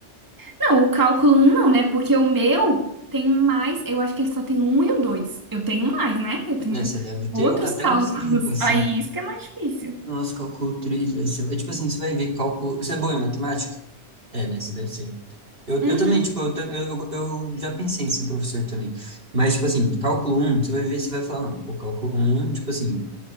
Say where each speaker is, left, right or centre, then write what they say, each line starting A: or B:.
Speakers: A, on the right; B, on the right.
A: Não, o cálculo um não, né? Porque o meu tem mais. Eu acho que ele só tem um e o dois. Eu tenho mais, né? Eu tenho
B: né, você deve ter
A: outros
B: um, até
A: <laughs> cálculos.
B: uns 5 assim.
A: Aí isso que é mais difícil.
B: Nossa, cálculo 3 velho. Você vai- Tipo assim, você vai ver cálculo. Você é boa em matemática? É, né? Você deve ser. Eu,
A: Uhum.
B: eu também, tipo, eu, tam- eu, eu já pensei em ser professor também. Mas, tipo assim, cálculo um você vai ver, você vai falar, não, pô, cálculo um tipo assim,